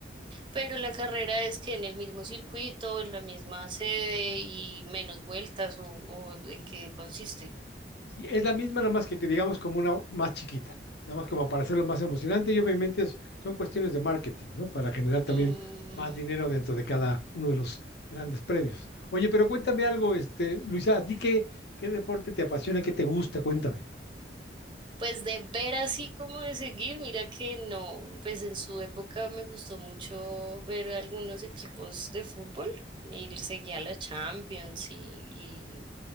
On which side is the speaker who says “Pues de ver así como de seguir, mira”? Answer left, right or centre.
Right